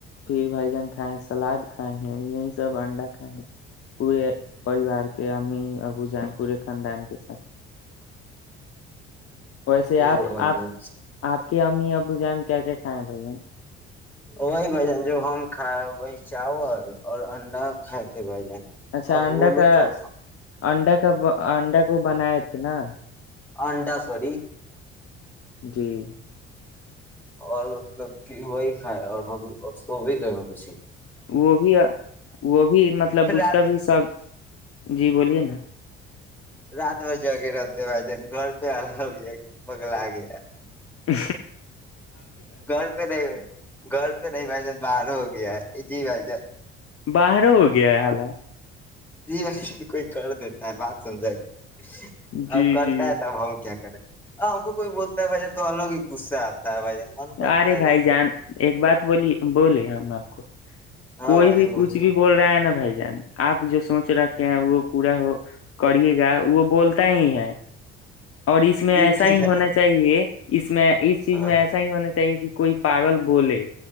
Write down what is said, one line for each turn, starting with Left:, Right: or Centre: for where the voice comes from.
Left: پھر بھائی جان کھائے سلاد کھائے ہیں یہی سب انڈا کائے ہیں پورے پریوار کے امی اب جان پورے خاندان کے ساتھ <unintelligible> ویسے آپ
Centre: او بھائی
Left: آپ
Centre: جان
Left: آپ کے امی ابو جان کیا کیا ہاں بھائی جین <unintelligible>
Centre: وہی بھ جان جو ہم کھائے وہی چاول اور انڈا کھات تھ بھ جان
Left: اچھا
Centre: اور
Left: انڈا
Centre: وہ لوگ
Left: کا
Centre: تو
Left: انڈا کا انڈا کا <unintelligible> وہ بنائے تھے نا <unintelligible>
Centre: آڈا سور <unintelligible>
Left: جی <unintelligible>
Centre: اور مطلب کہ وہی کھائے اور ہم سو بھی کر مش
Left: وہ بھی وہ بھی مطلب اس
Centre: رات
Left: کا بھی سب جی بولیے نا
Centre: رات بھر ج کےے رہتے بھائی جان گھر پہ آ ہو ک پگلا آ گیا
Left: ا
Centre: گھر پہ نہیں ہوئے گھر تو نہیں بھائی جب باہر ہو گیا ہے جی بھائی جب
Left: باہر ہو گیا ہے حال ہے
Centre: جی ر کوئی کر دیتا ہے بات سمجھائے گ
Left: جی
Centre: اب کرتا
Left: جی
Centre: ہے تو اب ہم کیا کریں ہاں کو کوئی بولتا ہے بھائی تو الگ ہی غصہ آتا ہے بھائی من کرتا
Left: ارے
Centre: ہے
Left: بھائی
Centre: کہ
Left: جان ایک بات بولی بولے ہم آپ کو
Centre: ہاں
Left: کوئی
Centre: بھائی
Left: بھی کچھ
Centre: بس
Left: بھی بول رہا نا بھائی جان آ جو سمجھ رکھے ہیں وہ پورا ہو کرے گا وہ بولتا ہی ہے اور اس میں
Centre: جی
Left: ایسا
Centre: بھائی
Left: ہی
Centre: جان
Left: ہونا چاہیے اس میں اس چیز
Centre: ہاں
Left: میں ہونا چاہیے کہ کوئی پاگل بولے